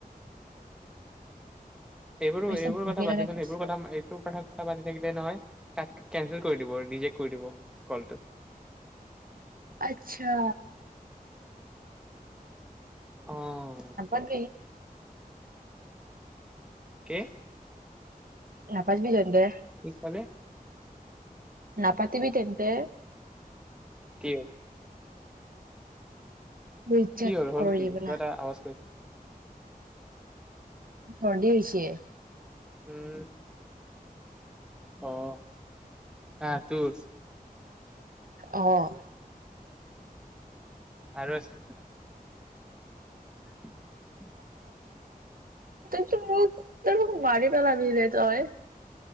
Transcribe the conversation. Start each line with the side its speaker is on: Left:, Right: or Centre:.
Centre: এইবোৰো
Right: বেছি
Centre: এইবোৰ
Right: বুগে
Centre: কথা বাদ
Right: লগা
Centre: দেছোন
Right: হৈছে।
Centre: এইবোৰ কথা এইবোৰ কথা কথা পাতি থাকিলে নহয় কেন্সল কৰি দিব ৰিজেক্ কৰি দিব কলটো
Right: আচ্ছা
Centre: অ
Right: আপত্তি
Centre: কে
Right: নাপাজবি য দেহ
Centre: কলে
Right: নাপাতিবি তেন্তে
Centre: কি হ
Right: ৰিজেক্ট
Centre: কি হ'ল হ'ল
Right: কৰি
Centre: কি
Right: দিব
Centre: কিবা
Right: না
Centre: এটা আৱাজ কৰি
Right: চৰ্দি হৈছে
Centre: উম অহ অহ কাৰ তোৰ
Right: আহ
Centre: আৰু আছিল হয়
Right: ত ত মোক ত মোক মাৰি পেলাবি ৰে তই